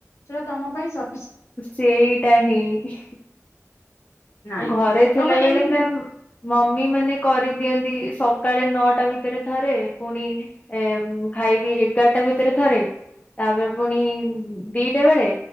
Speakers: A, on the left; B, on the left.
A: ସେଟା ତମ ପାଇଁ ସ
B: ସେଇଟା ହିଁ।
A: ନାଇଁ
B: ଘରେ ଥିଲା
A: ତମେ
B: ବେଳେ
A: ଏମିତି
B: ମ୍ୟାମ୍ ମମି ମାନେ କରିଦିଅନ୍ତି ସକାଳେ ନଅଟା ଭିତରେ ଥରେ ପୁଣି ଏ ଖାଇବି ଏଗାରଟା ଭିତରେ ଥରେ ତାପରେ ପୁଣି ଦିଟା ବେଳେ